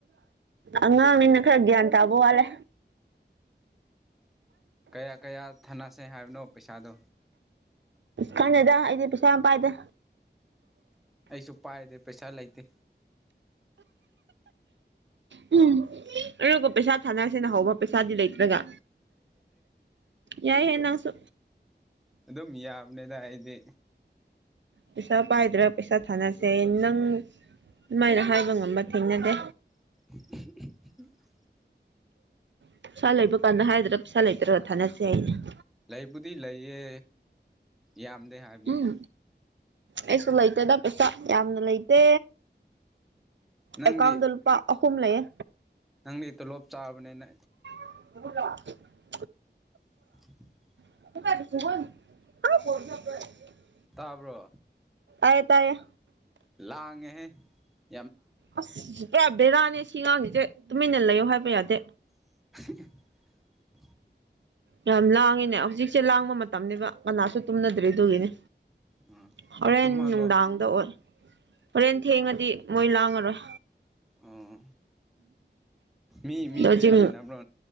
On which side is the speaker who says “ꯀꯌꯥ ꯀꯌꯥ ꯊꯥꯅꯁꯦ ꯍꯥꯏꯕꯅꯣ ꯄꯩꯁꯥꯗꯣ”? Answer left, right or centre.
Centre